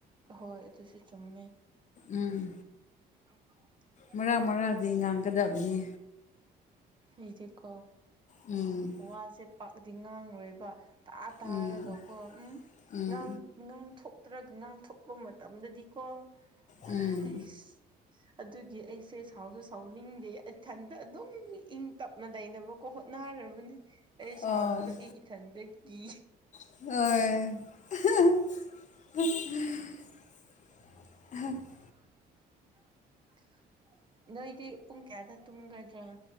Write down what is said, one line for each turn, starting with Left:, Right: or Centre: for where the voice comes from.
Right: ꯍꯣꯏ ꯑꯗꯨꯁꯨ ꯆꯨꯝꯃꯦ
Left: ꯎꯝ꯫
Right: <inaudible>
Left: ꯃꯔꯥꯛ ꯃꯔꯥꯛꯗꯤ ꯉꯥꯡꯒꯗꯕꯅꯤ
Right: ꯑꯩꯗꯤꯀꯣ
Left: ꯎꯝ
Right: ꯋꯥꯁꯦ ꯄꯥꯛꯗꯤ ꯉꯥꯡꯔꯣꯏꯕ ꯇꯥ ꯇꯥꯔꯒꯀꯣ
Left: ꯎꯝ
Right: ꯎꯝ
Left: ꯎꯝ
Right: ꯅꯪ ꯉꯥꯡꯊꯣꯛꯇ꯭ꯔꯒ ꯉꯥꯡꯊꯣꯛꯄ ꯃꯇꯝꯗꯗꯤꯀꯣ
Left: ꯎꯝ
Right: ꯍꯥꯏꯁ ꯑꯗꯨꯒꯤ ꯑꯩꯁꯦ ꯁꯥꯎꯁꯨ ꯁꯥꯎꯅꯤꯡꯗꯦ ꯏꯊꯟꯗ ꯑꯗꯨꯝ ꯏꯪ ꯇꯞꯅ ꯂꯩꯅꯕꯀꯣ ꯍꯣꯠꯅꯔꯕꯅꯤ ꯑꯩ
Left: ꯑꯣ
Right: ꯁꯥꯎꯕꯗꯣ ꯑꯩ ꯏꯊꯟꯗ ꯀꯤ
Left: ꯑꯣ <unintelligible>
Right: <unintelligible> ꯅꯣꯏꯗꯤ ꯄꯨꯡ ꯀꯌꯥꯗ ꯇꯨꯝꯒꯗ꯭ꯔꯥ